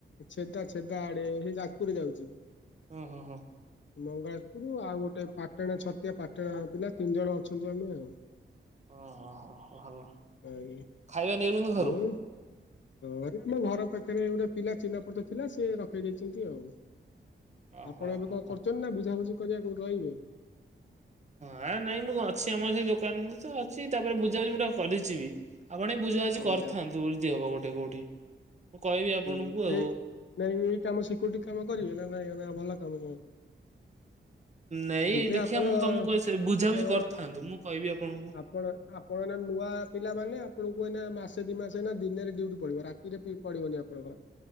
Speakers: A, on the left (about 65°); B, on the right (about 35°).
A: ଛେଦା ଛେଦା ଆଡେ ସେ ଯାଜପୁରରେ ଯାଉଛି।
B: ହଁ ହଁ ହଁ।
A: ମଙ୍ଗଳାଜପୁରରୁ ଆଉ ଗୋଟେ ପାଟଣା ଛତିଆ ପାଟଣା ପିଲା ତିନି ଜଣ ଅଛନ୍ତି ଆମେ ଆଉ
B: ଓହୋ ଭଲ
A: ଆଜ୍ଞା
B: ଖାଇବା ନେଉଛନ୍ତି ଘରୁ?
A: ଏଇ ହଁ ଆମ ଘର ପାଖରେ ଗୋଟେ ପିଲା ଚିହ୍ନା ପରିଚୟ ଥିଲା ସିଏ ରଖେଇ ଦେଇଛନ୍ତି ଆଉ।
B: ଓହୋ
A: ଆପଣ ଏବେ
B: ହୋ
A: କଣ
B: ହୋ।
A: କରୁଛନ୍ତି ନା ବୁଝାବୁଝି କରିବା କୋଉଠି ରହିବେ?
B: ହଁ ନାଇଁ ମୁଁ ଅଛି ଆମର ସେଇ ଦୋକାନରେ ତ ଅଛି ତାପରେ ବୁଝାବୁଝି ମୁଁ ଗୋଟେ କରିଛିିବି। ଆପଣବି ବୁଝାବୁଝି
A: ଆଜ୍ଞା
B: କରିଥାନ୍ତୁ ଯଦିହବ ଗୋଟେ କୋଉଠି ମୁଁ କହିବି ଆପଣଙ୍କୁ
A: ହୁଁ
B: ଆଉ
A: ଏଇ ନାଇଁ ଏଇ କାମ ସିକ୍ୟୁରିଟି କାମ କରିବେ ନା ନାଇଁ ନା ଭଲ କାମ କଣ?
B: ନେଇଁ
A: ଯିବେ
B: ଦେଖିବା
A: ଆପଣ
B: ମୁଁ ତମକୁ ବୁଝାବୁଝି
A: ଆପଣ
B: କରିଥାନ୍ତୁ ମୁଁ କହିବି ଆପଣଙ୍କୁ।
A: ଆପଣ ଆପଣ ଏଇନା ନୂଆ ପିଲାମାନେ ଆପଣଙ୍କୁ ଏଇନା ମାସେ ଦି ମାସେ ଦିନରେ ଡୁଉଟି ପଡିବ ରାତିରେ ପଡିବନି। ଓ ହୋ